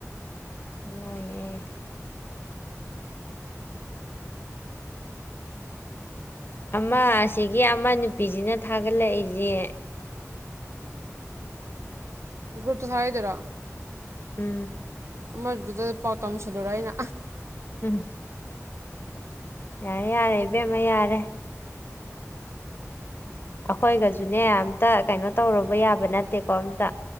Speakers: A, on the left; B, on the right.
A: ꯈꯪꯂꯪꯂꯣꯏꯌꯦꯦ ꯑꯃ ꯑꯁꯤꯒꯤ ꯑꯃ ꯅꯨꯄꯤꯁꯤꯅ ꯊꯥꯒꯠꯂꯛꯏꯁꯦ
B: ꯒꯨꯨꯞꯇ ꯁꯥꯔꯗꯔꯥ
A: ꯎꯝ
B: ꯑꯃꯔ ꯗ ꯄꯥꯎ ꯇ ꯃꯁꯂꯔꯥꯏꯅ
A: ꯎꯝ ꯌꯥꯔꯦ ꯌꯥꯔꯦ ꯏꯕꯦꯝꯃ ꯌꯥꯔꯦ ꯑꯩꯈꯣꯏꯒꯁꯨꯅꯦ ꯑꯝꯇ ꯀꯩꯅꯣ ꯇꯧꯔꯨꯕ ꯌꯥꯕ ꯅꯠꯇꯦꯀꯣ ꯑꯝꯇ